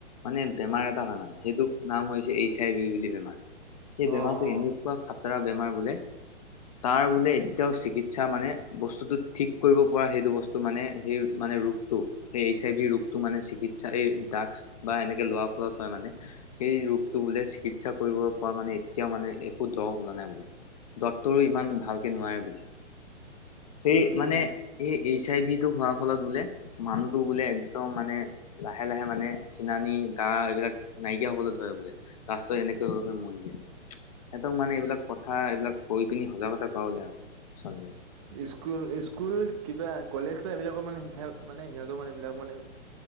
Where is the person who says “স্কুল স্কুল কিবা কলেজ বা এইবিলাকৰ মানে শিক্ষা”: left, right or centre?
Right